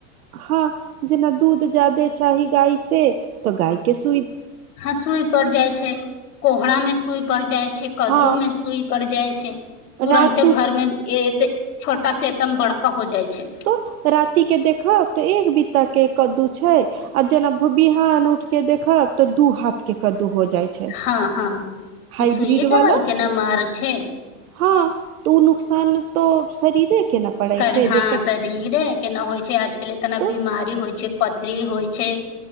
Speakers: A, on the right; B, on the left.
A: हाँ जेना दूध जाादे चाही गाय से तऽ गाय के सु
B: हँ सूई पड़ जाइ छै कोहरा मे सुई पड़ जाइ छै कद्दू
A: हँ
B: मे सुई पड़ि जाइ छै
A: रातु
B: तुरन्ते भर में छोटा से एकदम बड़का हो जाइ छै
A: तो राति के देखा त एक बीता के कद्दू छै आ जेना भ बिहान उठ के देखब तऽ दू हाथ के कद्दू हो जाइ छै
B: हँ हँ
A: हाइब्रिड
B: ई सुइए दबाइ
A: वाला
B: के ना मार छै
A: हँ तू नुकसान तऽ शरीरे के ने पड़ै
B: कर
A: छै
B: हाँ
A: जे
B: शरीरे के नहि होइ छै आजकल इतना
A: तो
B: बीमारी होइ छै पथरी होइ छै